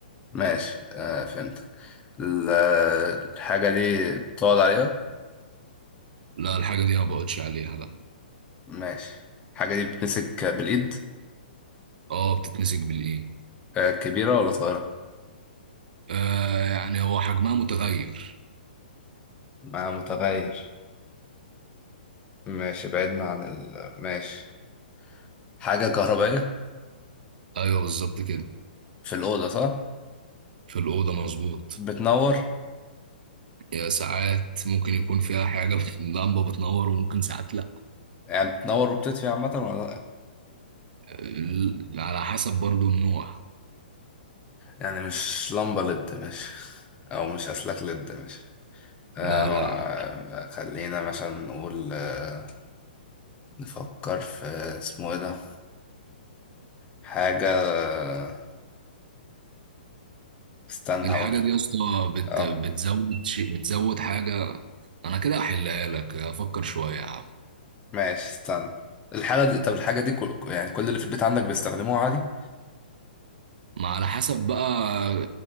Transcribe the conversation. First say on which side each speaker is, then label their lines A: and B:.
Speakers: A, on the left; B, on the right.
A: ماشي آه فهمتك ال- الحاجة دي بتقعد عليها
B: لا الحاجه دي ما بقعدش عليها لا
A: ماشي الحاجة دي بتمسك بالإيد
B: اه بتتمسك بالايه
A: آه كبيرة ولا صغيرة؟
B: آه يعني هو حجمها متغير
A: ما متغير ماشي بعدنا عن ال ماشي حاجة كهربائية
B: ايوه بالظبط كده
A: في الأوضة صح؟
B: في الاوضه مظبوط
A: بتنور
B: يا ساعات ممكن يكون فيها حاجه <laughs> بت- لمبه بتنور وممكن ساعات لا
A: يعني بتنور وبتطفي عامة ولا لأ؟
B: ال- على حسب برضو النوع
A: يعني مش لمبة لد ماشي أو مش أسلاك لد ماشي آه
B: لا لا
A: ما خلينا مثلا نقول آه نفكر في اسمه ايه ده حاجة آه استنى
B: الحاجة
A: هقولك
B: دي يا اسطى بت...
A: اه
B: بتزود شيء بتزود حاجة أنا كده أحلها لك أفكر شوية يا عم
A: ماشي استنى الحاجة دي طب الحاجة دي كل... يعني كل اللي في البيت عندك بيستخدموها عادي
B: ما على حسب بقى